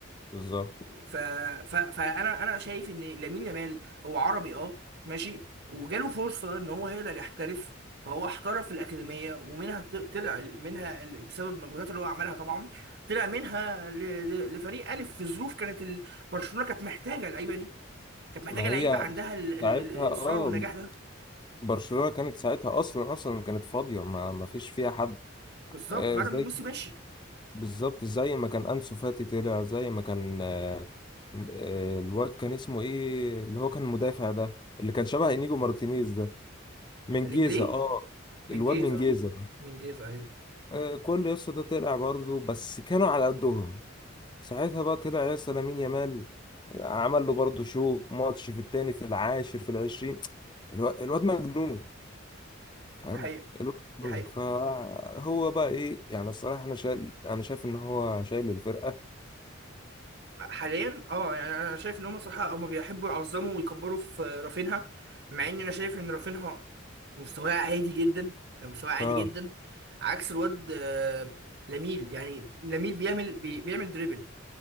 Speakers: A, on the left; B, on the right.
A: بالظبط
B: ف... ف... فانا انا شايف ان لامين يامال هو عربي اه ماشي وجاله فرصه ان هو يقدر يحترف فهو احترف في الاكاديميه ومنها ط- طلع منها ال- بسبب المجهودات اللي هو عملها طبعا طلع منها ل... ل- لفريق الف في ظروف كانت ال... برشلونه كانت محتاجه اللعيبه دي كانت محتاجه
A: ما
B: لعيبه
A: هي
B: عندها ال... ال...
A: ساعتها
B: ال- الاصرار
A: اه
B: والنجاح ده
A: برشلونه كانت ساعتها اصلا اصلا كانت فاضيه ما ما فيش فيها حد
B: بالظبط
A: آه،
B: بعد
A: ازاي
B: ما ميسي ماشي
A: بالظبط زي ما كان أنسو فاتي طلع زي ما كان آه، آه، الواد كان اسمه ايه اللي هو كان المدافع ده اللي كان شبه انيجو مارتينيز ده من
B: الانجليزي
A: جيزة اه
B: بنجيزه
A: الواد من جيزة
B: اه بنجيزه ايوه
A: آه، كل يسطا ده طلع برضه بس كانوا على قدهم ساعتها بقى طلع يسطا لامين يامال عمل له برضه شو ماتش في التاني في العاشر في العشرين الو- الواد مجنون فاهم
B: دي حقيقه
A: الواد مجنون
B: دي حقيقه
A: فهو بقى ايه يعني الصراحة انا شايل انا شايف ان هو شايل الفرقة
B: حاليا اه يعني انا شايف ان هم صراحه هم بيحبوا يعظموا ويكبروا في رافينها مع ان انا شايف ان رافينها مستواه عادي جدا يعني مستواه عادي
A: اه
B: جدا عكس الواد آه، لاميل يعني لاميل بيعمل بي- بيعمل دريبل